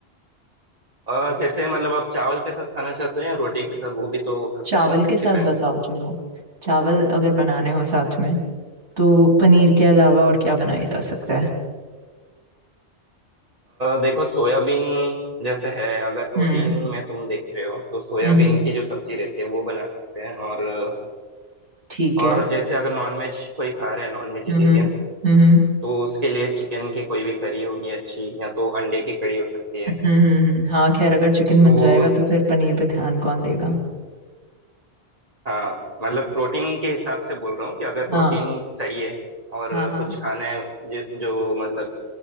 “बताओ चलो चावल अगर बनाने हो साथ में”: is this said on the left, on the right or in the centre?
Right